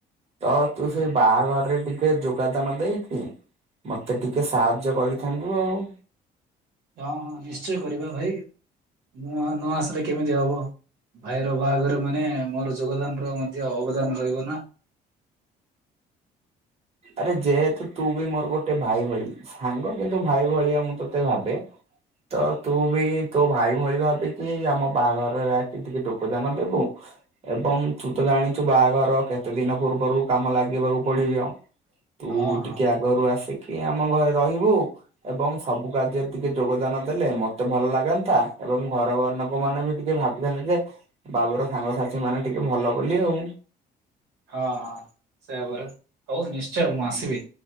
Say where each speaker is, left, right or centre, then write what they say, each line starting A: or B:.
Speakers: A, on the right (about 35°); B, on the right (about 80°).
A: ତ ତୁ
B: ହୁଁ
A: ସେ
B: ହୁଁ।
A: ବାହାଘରରେ ଟିକେ ଯୋ ପାଦାନ ଦେଇକି ମତେ ଟିକେ ସାହାଯ୍ୟ କରିଥାନ୍ତୁ ଆଉ।
B: ହଁ ହଁ ନିଶ୍ଚୟ କରିବା ଭାଇ। ମୁଁ ଆ ନ ଆସିଲେ କେମିତି ହବ। ଭାଇର ବାହାଘର ମାନେ ମୋର ଯୋଗଦାନର ମଧ୍ୟ ଅବଦାନ ରହିବ ନା।
A: ଆରେ ଯେହେତୁ ତୁ ବି ମୋର ଗୋଟେ ଭାଇ ଭଳି ସାଙ୍ଗ କିନ୍ତୁ ଭାଇ ଭଳିଆ ମୁଁ ତତେ ଭାବେ। ତ ତୁ ବି ତୋ ଭାଇ ଭଳି ଭାବିକି ଆମ ବାହାଘରରେ ଆଇକି ଟିକେ ଟୋକଦାନ ଦେବୁ। ଏବଂ ତୁ ତ ଜାଣିଛୁ ବାହାଘର କେତେ ଦିନ ପୂର୍ବରୁ କାମ ଲାଗିବାକୁ ପଡି଼ବ। ତୁ
B: ହଁ
A: ଟିକେ
B: ହଁ।
A: ଆଗରୁ ଆସିକି ଆମ ଘରେ ରହିବୁ। ଏବଂ ସବୁ କାର୍ଯ୍ୟରେ ଟିକେ ଯୋଗଦାନ ଦେଲେ ମତେ ଭଲ ଲାଗନ୍ତା ଏବଂ ଘରନୋକମାନେ ବି ଟିକେ ଭା ଇଦାଲୁ ଯେ ବାବୁର ସାଙ୍ଗସାଥିମାନେ ଟିକେ ଭଲ ବୋଲି ଆଉ।
B: ହଁ। ସେଇଆ ପରା ହଉ ନିଶ୍ଚୟ ମୁଁ ଆସିବି।